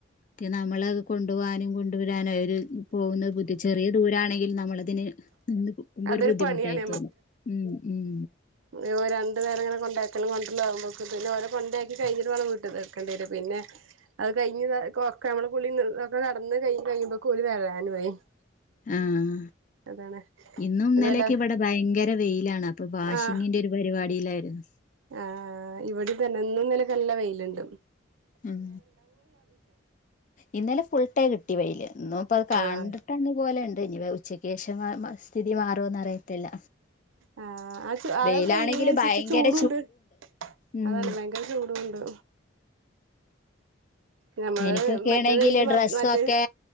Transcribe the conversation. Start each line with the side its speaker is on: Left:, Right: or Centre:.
Left: ക് നമ്മളത് കൊണ്ടു പോവാനും കൊണ്ടുവരാനും ഒരു പോവുന്ന ബു ട്ട് ചെറിയ ദൂരാണെങ്കിൽ നമ്മളതിന് നിന്ന് മ്പൊ
Right: അതൊരു
Left: ഒരു ബുദ്ധിമുട്ടായി
Right: പണിയാണ്
Left: തോന്നും ഉം ഉം
Right: ഒരു രണ്ടു നേരംങ്ങനെ കൊണ്ടാക്കല കൊണ്ടരല്ലാവകുമ്പോക്ക് പിന്നെ ഓര കൊണ്ടാക്കി കഴിഞ്ഞിട്ട വേണം വീട്ട് തീർക്കേണ്ട വരും പിന്നെ അത് കഴിഞ്ഞ് ഒക്കെ നമ്മള കുളി ഒക്കെ കടന്ന് കഴ കഴിയുമ്പൊക്ക്‌ <unintelligible>
Left: ആ
Right: അതാണ്
Left: ഇന്നും
Right: പിന്നെ
Left: ഇന്നലെയക്കെ
Right: വല്ല
Left: ഇവിടെ ഭയങ്കര വെയിലാണ് അപ്പൊ വാഷിങ്ങിന്റെ
Right: ആഹ്
Left: ഒരു പരിപാടിയിലായിരുന്നു
Right: ആഹ് ഇവിടെതന്നെ ന്നുംനിലക്ക നല്ല വെയില്ണ്ട്
Left: ഉം ഇന്നലെ ഫുൾടൈ കിട്ടി വെയില് ഇന്നും ഇപ്പ അത് കാണ്ട്
Right: ആഹ്
Left: പെട്ടെന്ന് പോലെയുണ്ട് ഇനി ഉച്ചക്ക് ശേഷം സ്ഥിതി മാറുംന്ന് അറിയത്തില്ല
Right: ആഹ് അത് അത്
Left: വെയിലാണെങ്കില്
Right: വെയിലിനനുസരിച്ച്
Left: ഭയങ്കര
Right: ചൂടുണ്ട്
Left: ഉം
Right: അതാണ് ഭയങ്കര ചൂടുണ്ട് ഞമ്മള്
Left: എനിക്കൊക്കെ
Right: മറ്റേ
Left: ആണെങ്കില്
Right: വെയില് മാ
Left: ഡ്രസ്സൊക്കെ
Right: മറ്റേ